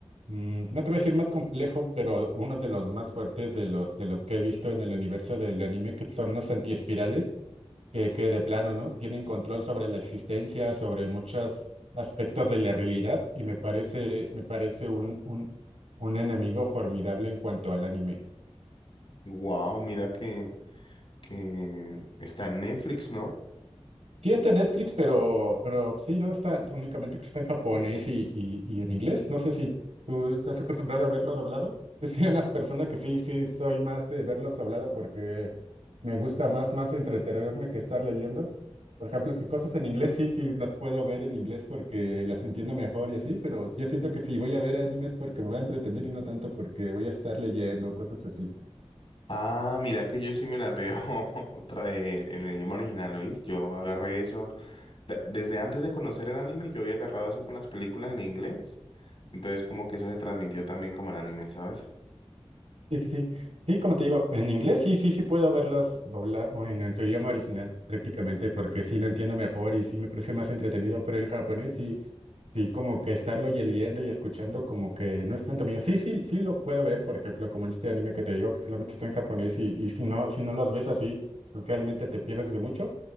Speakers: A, on the right; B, on the left.
A: mm, no te voy a decir más complejo, pero uno de los más fuertes de los, de los que he visto en el universo del anime, que son los antiespirales, que, que de plano, ¿no? Tienen control sobre la existencia, sobre muchos aspectos de la realidad, y me parece, me parece un, un, un enemigo formidable en cuanto al anime.
B: Wow, mira que, que está en Netflix, ¿no?
A: Sí, está en Netflix, pero, pero sí, ¿no? Está únicamente que está en japonés y, y, y en inglés. No sé si tú estás acostumbrado a verlo doblado. <laughs> Yo soy una persona que sí, sí, soy más de verlos doblado porque me gusta más, más entretenerme que estar leyendo. Por ejemplo, si cosas en inglés, sí, sí, las puedo ver en inglés porque las entiendo mejor y así, pero yo siento que si voy a ver animes porque me voy a entretener y no tanto porque voy a estar leyendo, cosas así.
B: Ah, mira que yo sí me las veo <laughs> otra- eh, en el idioma original, ¿oís? Yo agarré eso. de- desde antes de conocer el anime, yo había agarrado eso con las películas en inglés. Entonces, como que eso se transmitió también como el anime, ¿sabes?
A: Sí, sí, sí. Sí, como te digo, en inglés sí, sí, sí puedo verlas dobladas en el- su idioma original prácticamente porque sí lo entiendo mejor y sí me parece más entretenido, pero el japonés sí, sí como que estarlo y leyendo y escuchando como que no es tanto mío. Sí, sí, sí lo puedo ver, por ejemplo, como en este anime que te digo que solamente está en japonés y, y si no, si no los ves así, pues realmente te pierdes de mucho,